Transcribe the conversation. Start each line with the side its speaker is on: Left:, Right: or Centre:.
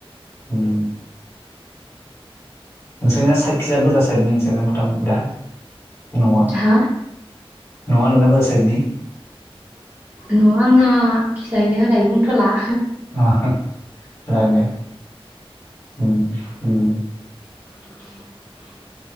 Left: उम नोंसोरनिया <unintelligible> <unintelligible> न'आ
Right: हा
Left: न'आ नोंना बोजा साइडनि
Right: न'आ आंना खिजायहैनो दायो बुंथ'ला
Left: अ नोंथां जागोनदे उम उम
Right: <unintelligible>